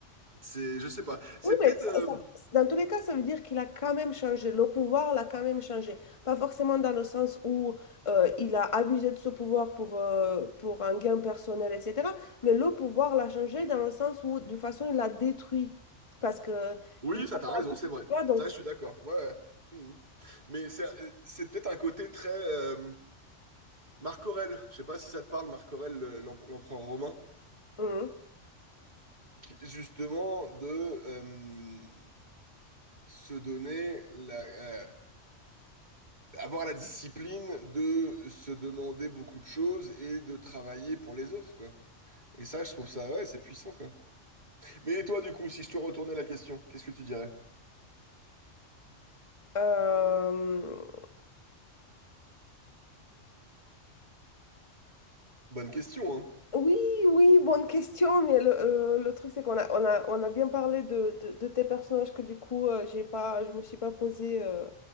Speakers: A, on the right; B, on the left.
A: C'est, je sais pas. C'est
B: Oui,
A: peut-être.
B: mais ça-
A: euh,
B: ça- dans tous les cas, ça veut dire qu'il a quand même changé. Le pouvoir l'a quand même changé. Pas forcément dans le sens où euh, il a abusé de ce pouvoir pour, euh, pour un gain personnel, etc. Mais le pouvoir l'a changé dans le sens où, d'une façon, il l'a détruit. Parce que,
A: Oui,
B: il, a
A: ça, t'as
B: pas-
A: raison,
B: tu
A: c'est vrai.
B: vois, donc,
A: Ça, je suis d'accord. Ouais. ouais. Mhm. Mais c'est euh, c'est peut-être un côté très. euh, Marc Aurèle. Je sais pas si ça te parle, Marc Aurèle, le- l'emp- l'empereur romain.
B: Mhm.
A: qui- Justement, de euh, se donner la. euh, avoir la discipline de se demander beaucoup de choses et de travailler pour les autres, quoi. Et ça, je trouve ça, ouais, c'est puissant, quoi. Mais toi, du coup, si je te retournais la question, qu'est-ce que tu dirais?
B: Euh,
A: Bonne question, hein?
B: Oui, oui, bonne question, mais le, euh, le truc c'est qu'on a, on a, on a bien parlé de, de, de tes personnages que du coup, euh, j'ai pas, je me suis pas posé euh,